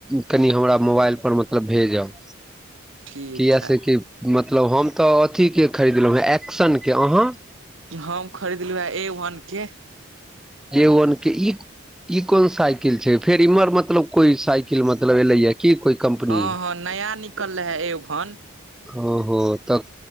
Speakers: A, in the centre; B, on the right.
A: कनि हमरा मोबाइल पर मतलब भेजब।
B: ठीक
A: किया
B: है
A: से कि मतलब हम तऽ अथिी के खरीदलहूँ हे एक्शन के अहाँ
B: हम खरीदलॅ हे ए वन के
A: ए वन के ई कोन साइकिल छै फेर इम्हर मतलब कोई साइकिल मतलब एलै हैं की कोइ कम्पनी
B: हँ हँ नया निकल रहे है ए वन
A: ओ हो तब